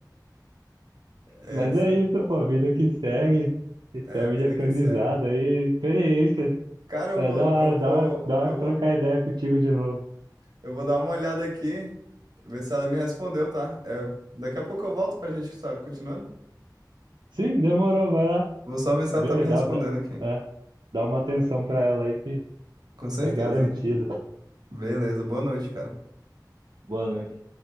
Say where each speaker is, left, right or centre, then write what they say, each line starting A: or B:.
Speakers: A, on the right (about 60°); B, on the right (about 90°).
A: Essa
B: mas é isso, pô, vida que segue, que
A: é
B: serve
A: a vida
B: de aprendizado
A: que segue.
B: aí, experiência.
A: Cara, eu
B: É
A: vou,
B: da hora,
A: eu
B: da
A: vou,
B: hora, da hora
A: eu vou,
B: trocar ideia contigo de novo.
A: eu vou dar uma olhada aqui, ver se ela me respondeu, tá? É, daqui a pouco eu volto pra gente estar continuando.
B: Sim, demorou, vai lá,
A: Vou só ver se ela
B: vê,
A: tá me
B: dá,
A: respondendo
B: dá,
A: aqui.
B: é, dá uma atenção pra ela aí que
A: Com certeza.
B: é garantido.
A: Beleza, boa noite, cara.
B: Boa noite.